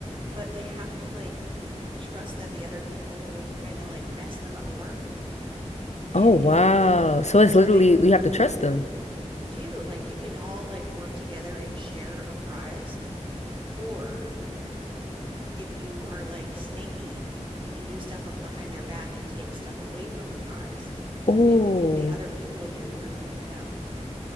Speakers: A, on the right; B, on the left.
A: but they have to like trust that the other people won't kind of like mess them over. and
B: Oh, wow.
A: you know what I mean?
B: So it's
A: So
B: literally
A: they
B: you have to trust them.
A: you do like you can all like work together and share a prize or if you are like snaky, you can do stuff behind their back and take stuff away from the prize
B: Oh.
A: and the other people in your group won't know.